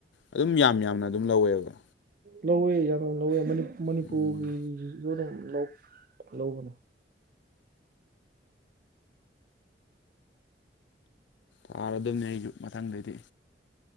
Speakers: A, on the left (about 80°); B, on the right (about 50°).
A: ꯑꯗꯨꯝ ꯌꯥꯝ ꯌꯥꯝꯅ ꯑꯗꯨꯝ ꯂꯧꯋꯦꯕ
B: ꯂꯧꯋꯦ ꯌꯥꯝ ꯂꯧꯋꯦ ꯃꯅꯤꯄꯨꯔꯒꯤꯁꯨ
A: ꯎꯝ
B: ꯑꯗꯨꯝ ꯂꯧꯕꯅꯦ
A: ꯊꯥꯔꯗꯕꯅꯦ ꯑꯩꯁꯨ ꯃꯊꯪꯗꯩꯗꯤ